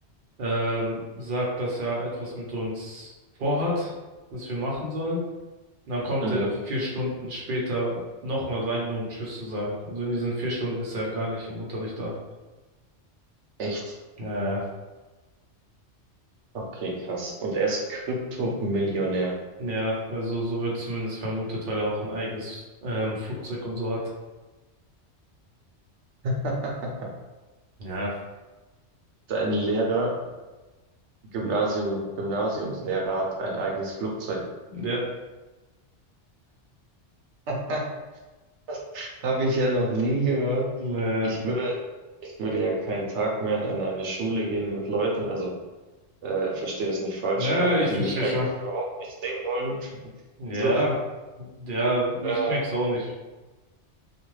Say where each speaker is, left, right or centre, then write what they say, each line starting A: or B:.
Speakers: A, on the right; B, on the right.
A: ähm, sagt, dass er etwas mit uns vorhat, was wir machen sollen. Und dann kommt
B: Mhm.
A: er vier Stunden später nochmal rein, nur um Tschüss zu sagen. Also in diesen vier Stunden ist er gar nicht im Unterricht da.
B: Echt?
A: Ja, ja,
B: Okay, krass. Und er ist Kryptomillionär.
A: Ja, also so wird zumindest vermutet, weil er auch ein eigenes ähm, Flugzeug und so hat.
B: <laughs>
A: Ja,
B: Dein Lehrer, Gymnasium, Gymnasiumslehrer hat ein eigenes Flugzeug.
A: ja,
B: <laughs> Das habe ich ja noch nie gehört.
A: ja,
B: Ich würde, ich würde ja keinen Tag mehr in eine Schule gehen mit Leuten, also äh, verstehe das nicht falsch,
A: ja,
B: aber
A: ich
B: die
A: verstehe
B: mich eigentlich
A: schon.
B: überhaupt nicht sehen wollen.
A: Ja,
B: So,
A: ja, ich
B: äh,
A: check's auch nicht.